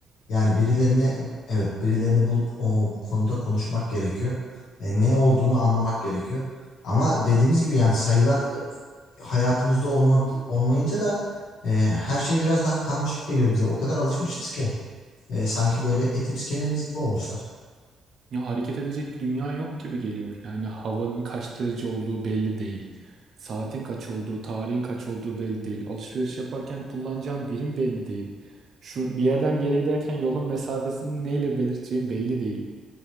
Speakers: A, on the left; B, on the right.
A: Yani birilerini evet birilerini bulup o, bu konuda konuşmak gerekiyor. E, ne olduğunu anlamak gerekiyor. Ama dediğimiz gibi yani sayılar hayatımızda olmadı, olmayınca da e, her şey biraz daha karmaşık geliyor bize. O kadar alışmışız ki e, sanki böyle etimiz kemiğimiz gibi olmuşlar.
B: Ya hareket edecek dünya yok gibi geliyor. Yani havanın kaç derece olduğu belli değil. Saatin kaç olduğu, tarihin kaç olduğu belli değil. Alışveriş yaparken kullanacağım birim belli değil. Şu bir yerden bir yere giderken yolun mesafesini neyle belirteceğim belli değil.